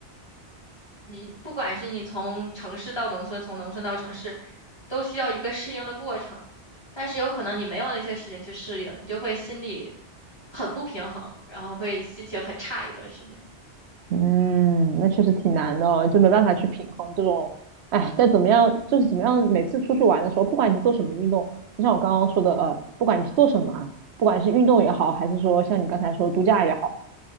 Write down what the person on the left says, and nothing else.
你不管是你从城市到农村，从农村到城市，都需要一个适应的过程。但是有可能你没有那些时间去适应，你就会心里很不平衡，然后会心情很差一段时间。